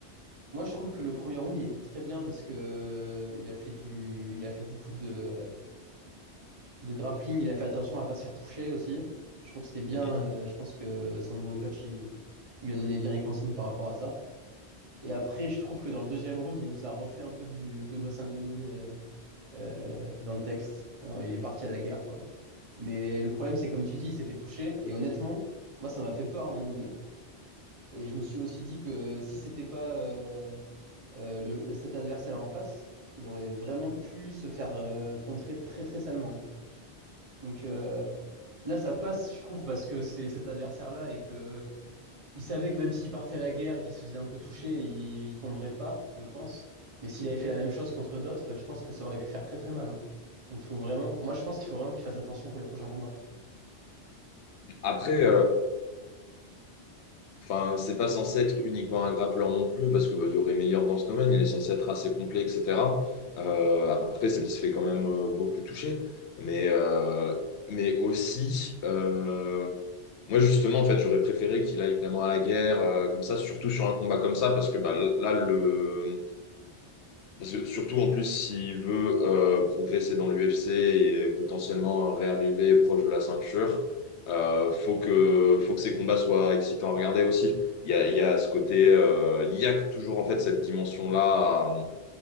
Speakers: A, on the right; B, on the left.
A: moi je trouve que le premier round il était très bien parce que euh, il a fait du il a fait beaucoup de, de grappling, il a fait attention à pas se faire toucher aussi. Je trouve que c'était bien,
B: Mhm.
A: euh, je pense que son nouveau coach il... il lui a donné bien les consignes par rapport à ça. Et après je trouve que dans le deuxième round, il nous a refait un peu du Benoît Saint-Denis euh, euh, dans le texte. Alors, il est parti à la guerre, quoi. Mais le problème, c'est comme tu dis, il s'est fait toucher. Et honnêtement, moi, ça m'a fait peur à un moment donné. Et je me suis aussi dit que si c'était pas euh, euh, le- le- cet adversaire-là en face, il aurait vraiment pu se faire euh, contrer très très salement. Donc euh, là, ça passe, je trouve, parce que c'est cet adversaire-là et que il savait que même s'il partait à la guerre et qu'il se faisait un peu toucher, il, il tomberait pas, je pense. Mais s'il avait fait la même chose contre d'autres, je pense que ça aurait pu faire très très mal. hein. Donc faut vraiment, moi je pense qu'il faut vraiment qu'il fasse attention pour les prochains combats.
B: Après, Enfin, c'est pas censé être uniquement un grappleur non plus, parce qu'il y aurait meilleur dans ce domaine, il est censé être assez complet, etc. Euh, après, ça, il se fait quand même euh, beaucoup toucher. Mais, euh, mais aussi, euh, moi justement, en fait, j'aurais préféré qu'il aille vraiment à la guerre, euh, comme ça, surtout sur un combat comme ça, parce que bah, là, le, parce que surtout en plus, s'il veut euh, progresser dans l'UFC et potentiellement réarriver proche de la ceinture, euh, faut que, faut que ses combats soient excitants à regarder aussi. Il y a, il y a ce côté, euh, il y a toujours en fait cette dimension-là à,